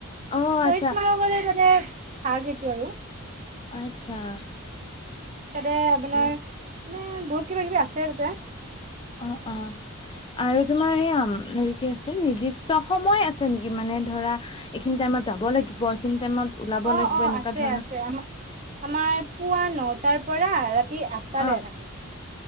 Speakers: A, on the left; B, on the right.
A: অ
B: শহীদ
A: আচ্ছা
B: স্মাৰ কৰে তাতে। <unintelligible> আৰু
A: আচ্ছা
B: তাতে আপোনাৰ
A: আৰু
B: এ বহুত কিবা কিবি আছে তাতে
A: অ অ আৰু তোমাৰ এই কি আছে নিৰ্দিষ্ট সময় আছে নেকি মানে ধৰা এইখিনি টাইমত যাব লাগিব এইখিনি টাইমত ওলাব
B: অ
A: লাগিব
B: অ
A: এনেকুৱা
B: আছে
A: ধৰণৰ
B: আছে আমাৰ আমাৰ। পুৱা নটাৰ পৰা আঠটালে
A: অ
B: থাকে।